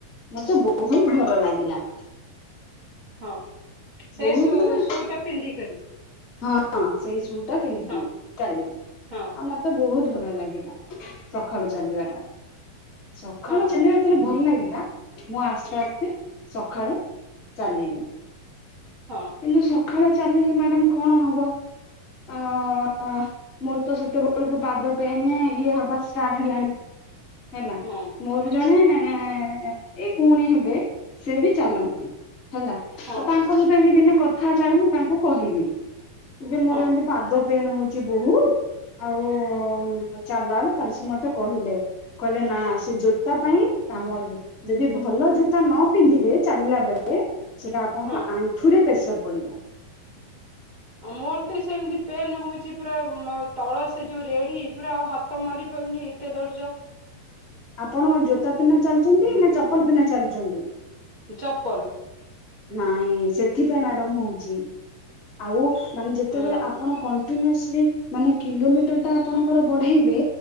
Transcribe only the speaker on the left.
ମତେ ବହୁତ ଭଲ ଲାଗିଲା।
ବହୁତ
ମାନେ
ହଁ ସେଇ ସୁ ଟା ପିନ୍ଧିକିନି।
ଚାଲିଲି।
ଆଉ ମତେ ବହୁତ ଭଲ ଲାଗିଲା ସକାଳୁ ଚାଲିବା ଟା। ସକାଳୁ
ଚାଲିବା ତାଲେ ଭଲ ଲାଗିଲା? ମୁଁ ଆସ୍ତେ ଆସ୍ତେ ସଖାଳେ ଚାଲିଲି।
କିନ୍ତୁ ସଖାଳେ ଚାଲିଲେ ମ୍ୟାଡ଼ାମ କଣ ହବ? ଅଁ ମୋର ତ ସେତେବେଳକୁ ପାଦ ପେନ ଇଏ ହବା ଷ୍ଟାର୍ଟ ହେଲାଣି ହେଲା।
ମୋର ଜଣେ ଏଇ ଭଉଣୀ ହେବେ ସେ ବି ଚାଲନ୍ତି ହେଲା। ଆଉ
ତାଙ୍କ ସହିତ ଏମିତି ଦିନେ କଥା ହେଲା ବେଳେ ମୁଁ ତାଙ୍କୁ କହିଲି ଯେ ମୋର
ଏମିତି ପାଦ ପେନ୍ ହଉଛି ବହୁତୁ ଆଉ ଚାଲିଲା ବେଳେ ତାର ସେ ମତେ କହିଲେ କହିଲେ ନା ସେ ଜୋତା ପାଇଁ କାମ ଯଦି ଭଲ ଜୋତା ନ ପିନ୍ଧିବେ ଚାଲିଲା ବେଳେ ସେଟା ଆପଣଙ୍କ
ଆଣ୍ଠୁରେ ପ୍ରେସର ପଡିବ।
ଆପଣ ଜୋତା ପିନ୍ଧା ଚାଲୁଛନ୍ତି ନା ଚପଲ ପିନ୍ଧା ଚାଲୁଛନ୍ତି?
ନାଇଁ ସେଥିପାଇଁ ମ୍ୟାଡାମ୍ ହଉଛି ଆଉ ମାନେ ଯେତେବେଳେ
ଆ ଆପଣ କଣ୍ଟିନ୍ୟୁଓସଲି ମାନେ କିଲୋମିଟର ଟା ଆପଣଙ୍କର ବଢେଇବେ